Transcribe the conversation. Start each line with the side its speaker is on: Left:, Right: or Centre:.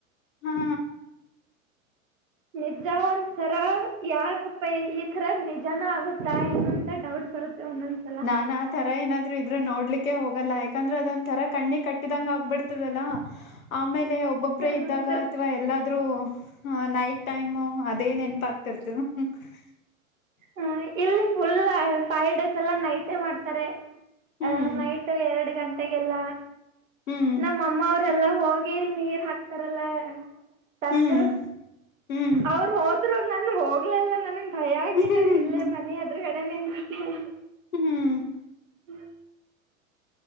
Left: ಹಾ
Right: ನಿಜ ಒಂದ್ ತರ ಯಾಕ ಪೈ ಈ ತರ ನಿಜಾನ ಆಗುತ್ತಾ ಏನಂತ ಡೌಟ್ ಸ ಒ <unintelligible>
Left: ನಾನಾ ತರ ಏನಾದ್ರು ಇದ್ರೆ ನೋಡ್ಲಿಕ್ಕೆ ಹೋಗಲ್ಲ ಯಾಕಂದ್ರೆ ಅದೊಂದ್ ತರ ಕಣ್ಣಿ ಕಟ್ಟಿದಂಗ ಆಗ್ಬಿಡ್ತದಲ್ಲ ಆಮೇಲೆ ಒಬ್ಬೊಬ್ರೇ
Right: ಹೌದು
Left: ಇದ್ದಾಗ ಅಥವಾ ಎಲ್ಲಾದ್ರೂ ನೈಟ್ ಟೈಮು ಅದೇ ನೆನಪ ಅಗ್ತ <unintelligible>
Right: ಹ ಇಲ್ಲಿ ಫುಲ್ ಫೈಡೆಸ್ ಎಲ್ಲ ನೈಟೇ ಮಾಡ್ತಾರೆ
Left: ಹ್ಮ್
Right: ಅ ನೈಟ್ ಎರಡ್ ಗಂಟೆಗೆಲ್ಲ
Left: ಹ್ಮ್
Right: ನಮ್ಮ ಅಮ್ಮ ಅವ್ರೆಲ್ಲಾ ಹೋಗಿ ನೀರ್ ಹಾಕ್ತಾರಲ್ಲ ತಂದ
Left: ಹ್ಮ್ ಹ್ಮ್
Right: ಅವರು ಹೋದ್ರು ನಾನ್ ಹೋಗ್ಲೆ ಇಲ್ಲ ನನಗೆ ಭಯ ಆಗಿ
Left: ಹ್ಮ್
Right: ನಾನ್ ಇಲ್ಲೇ ಮನ ಎದ್ರಗಡೆ ನನ್ನಿಂದ
Left: ಹ್ಮ್
Right: <unintelligible>